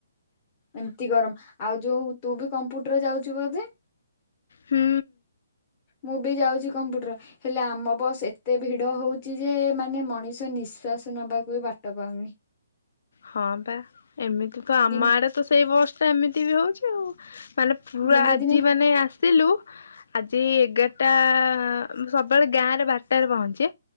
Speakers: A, on the left; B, on the left.
A: ଏମିତି ଗରମ ଆଉ ଯୋଉ ତୁ ବି କମ୍ପୁଟର ଯାଉଛୁ ବୋଧେ?
B: ହୁଁ।
A: ମୁଁ ବି ଯାଉଛି କମ୍ପୁଟର ହେଲେ ଆମ ବସ୍ ଏତେ ଭିଡ ହଉଛି ଯେ ମାନେ ମଣିଷ ନି ଶ୍ଵାସ ନବାକୁ ବି ବାଟ ପାଉନି।
B: ହଁ ପା ଏମିତି ତ ଆମ
A: ଦିନେ
B: ଆଡେ ତ ସେଇ ବସ ଟା ଏମିତି ବି ହଉଛି ଆଉ। ମାନେ ପୁରା
A: ଦିନେ
B: ଆଜି
A: ଦିନେ
B: ମାନେ ଆସିଲୁ ଆଜି ଏଗା ଟା ଉଁ ସବୁବେଳେ ଗାଁ ରେ ବାରଟାରେ ପହଞ୍ଚେ